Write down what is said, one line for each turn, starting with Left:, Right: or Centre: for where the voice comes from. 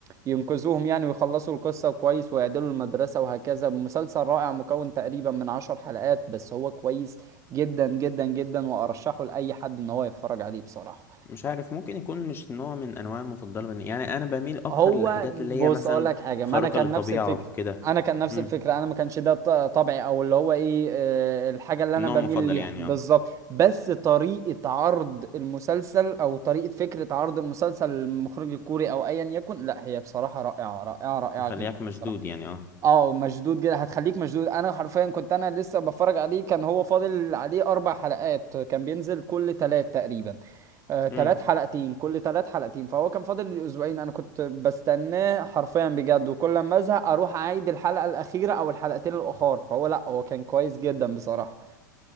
Right: ينقذوهم يعني ويخلصوا القصة كويس ويعدلوا المدرسة وهكذا مسلسل رائع مكون تقريبا من عشر حلقات بس هو كويس جدا جدا جدا وأرشحه لأي حد إن هو يتفرج عليه بصراحة
Left: مش عارف ممكن يكون مش نوع من انواع المفضلة بن- يعني انا بميل اكتر
Right: هو
Left: للحاجات اللي
Right: بص
Left: هي مثلا
Right: اقول لك حاجه
Left: خارقة
Right: ما انا كان
Left: للطبيعة
Right: نفس الفكره
Left: وكده
Right: انا كان نفس
Left: امم
Right: الفكره انا ما كانش ده ط- طبعي او اللي هو ايه آه، الحاجه اللي انا
Left: النوع
Right: بميل
Left: المفضل
Right: ليها
Left: يعني
Right: بالظبط
Left: اه
Right: بس طريقه عرض المسلسل او طريقه فكره عرض المسلسل للمخرج الكوري او ايا يكن لا هي بصراحه رائعه رائعه رائعه
Left: مخليك
Right: جدا
Left: مشدود
Right: بصراحه
Left: يعني اه
Right: اه مشدود جدا هتخليك مشدود انا حرفيا كنت انا لسه بتفرج عليه كان هو فاضل عليه اربع حلقات كان بينزل كل تلات تقريبا آه، تلات
Left: امم
Right: حلقتين كل تلات حلقتين فهو كان فاضل لي اسبوعين انا كنت بستناه حرفيا بجد وكل ما ازهق اروح اعيد الحلقة الاخيرة او الحلقتين الاخر فهو لا هو كان كويس جدا بصراحة